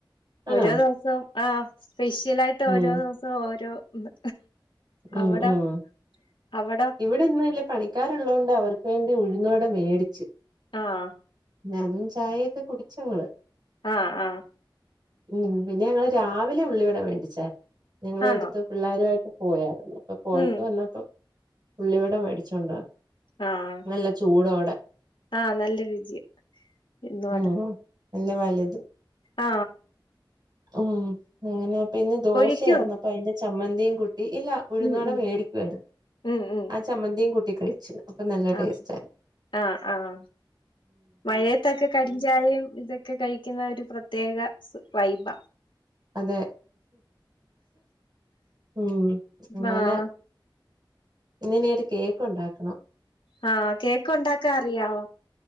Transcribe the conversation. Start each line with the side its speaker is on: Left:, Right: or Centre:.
Right: ആണോ
Left: ഓരോ ദിവസം ആ സ്പെഷ്യൽ ആയിട്ട്
Right: ഉം
Left: ഓരോ ദിവസവും ഓരോന്ന്.
Right: ഉം
Left: അവിടോ
Right: ഉം
Left: അവിടോ
Right: ഇവ വിടെ ഇന്നല്ല പണിക്കാരുള്ളത്ണ്ട് അവർക്ക് വേണ്ടി ഉഴുന്നുവടമേടിച്ചു.
Left: ആഹ്
Right: <unintelligible> അതും ചായയൊക്കെ കുടിച്ചങ്ങള്
Left: ആ ആഹ്
Right: ഉം പിന്നെ ഞങ്ങള് രാവിലെ ഉള്ളിവിട മേണ്ടിച്ചായിരുന്നു ഞങ്ങളടുത്ത
Left: ആന്നോ
Right: പിള്ളേരുമായിട്ട് പോയായിരുന്നു. പോയിട്ട്
Left: ഉം
Right: വന്നപ്പം ഉള്ളിവടെ മേടിച്ചൊണ്ട
Left: ആഹ്
Right: നല്ല ചൂടോടെ
Left: ആ നല്ല രുചി ഇയുന്നുവട
Right: ഉം നല്ല വലുത്
Left: ആ
Right: ഉം അങ്ങനെ പ്പ ഇന്ന് ദോശയായിരുന്നു
Left: പൊരിക്കുവോ
Right: അപ്പൊ അതിന്റെ ചമ്മന്തിയും കുട്ടി ഇല്ല ഉഴുന്നോടെ
Left: ഉം ഉം
Right: മേടിക്കുയിരുന്നു
Left: ഉം ഉം
Right: ആ ചമ്മന്തിയും കൂട്ടി കഴി ചിലപ്പൊ നല്ല ടേസ്റ്റ്
Left: ആഹ്
Right: ആ
Left: ആഹ് ആഹ് മഴയത്തൊക്കെ കടിഞ്ചായയും ഇതൊ ഒക്കെ കഴിക്കുന്ന ഒരു പ്രത്യേക വൈബ
Right: അതെ മ് അങ്ങനെ
Left: ആഹ്
Right: ഇന്ന് ഇനിയൊരു കേക്ക് ഉണ്ടാക്കണം.
Left: ആ കേക്ക് ണ്ടാക്കാ അറിയാവോ?